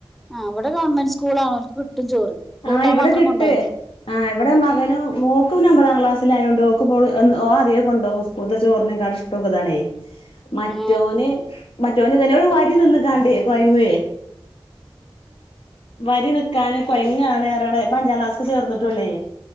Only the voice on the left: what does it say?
ആഹ് ഇവിടെ
കിട്ട്
ആ ഇവിടെ മകനും മോ നൂഒമ്പതാം ക്ലാസിലായോണ്ട്‌ ഓക്കപ്പോ പോ ഓ അതെ കൊണ്ടോക ഉസക്കുത്തേ ചോറിനേക്കാട്ടിലും ഇഷ്ടോകിതാണെ. മറ്റോന്
മറ്റോന് ഇവന് വരി നിന്ന്ക്കാണ്ടേ കൊഴങ്ങുവേ. വരി നിക്കാൻ കൊയ്.
ണറിയാ ഇപ്പോ അഞ്ചംക്ലാസ്ക്ക് ചേർന്നിട്ടുള്ളേ.